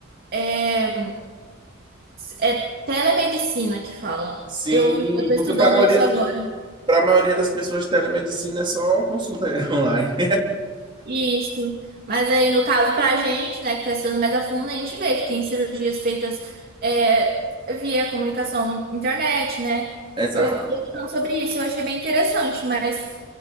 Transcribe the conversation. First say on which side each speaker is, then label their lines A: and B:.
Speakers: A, on the right; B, on the right.
A: É, é telemedicina que falam.
B: Sim,
A: Eu, eu tô estudando
B: porque para a maioria,
A: isso agora.
B: para a maioria das pessoas, telemedicina é só consulta <laughs> online.
A: Isso. Mas aí, no caso, pra gente, né, que tá estudando mais a fundo, a gente vê que tem cirurgias feitas é, via comunicação internet, né?
B: Exato.
A: Eu estou falando sobre isso, eu achei bem interessante, mas